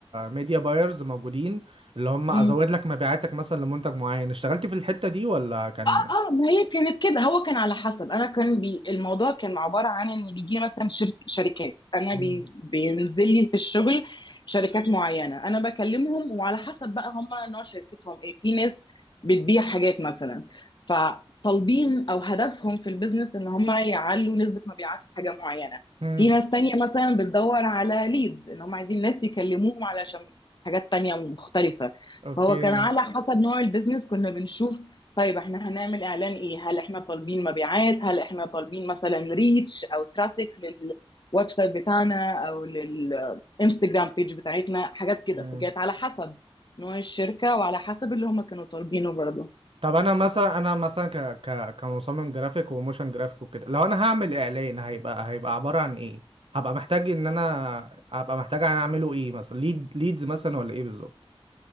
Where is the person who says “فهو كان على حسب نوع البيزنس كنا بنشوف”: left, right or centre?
Left